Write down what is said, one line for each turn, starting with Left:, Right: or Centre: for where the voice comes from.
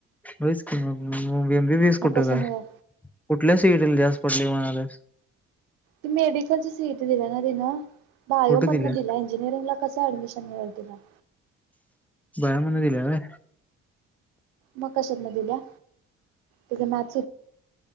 Centre: होयच की मग एम बी बीस
Right: मग
Centre: कुठ
Right: कसं
Centre: ग
Right: मिळल
Centre: कुठल्या सीए टी ला जास्त. पडली म्हणालाईस.
Right: ते मेडिकल च सी ए टी दिला ना तिन. बायो
Centre: कुठे दिल्या
Right: मधन दिल इंजिनिअरिंगला कस ऍडमिशन मिळेल तिला.
Centre: बायो मधन दिल्या होय.
Right: मग कशात न दिल्या ते त